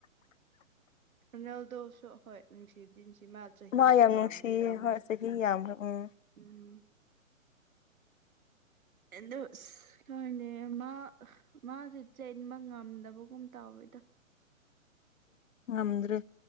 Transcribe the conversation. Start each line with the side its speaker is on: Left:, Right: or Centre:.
Right: ꯅꯦꯜꯗ ꯁ ꯍꯣꯏ ꯅꯨꯡꯁꯤꯁꯨ ꯁꯤꯃꯥ ꯆꯍꯤꯁꯨ
Left: ꯃꯥ ꯌꯥꯝ
Right: ꯌꯥꯝꯈ꯭ꯔꯦꯗꯅ
Left: ꯅꯨꯡꯁꯤꯌꯦ ꯍꯣꯏ ꯆꯍꯤ ꯌꯥꯝꯈ꯭ꯔꯦ ꯎꯝ
Right: ꯎꯝ ꯑꯗꯣ ꯀꯅꯦ ꯃꯥ ꯃꯥꯁꯦ ꯆꯦꯟꯕ ꯉꯝꯗꯕꯒꯨꯝ ꯇꯧꯋꯦ ꯗ
Left: ꯅꯗ꯭ꯔꯦ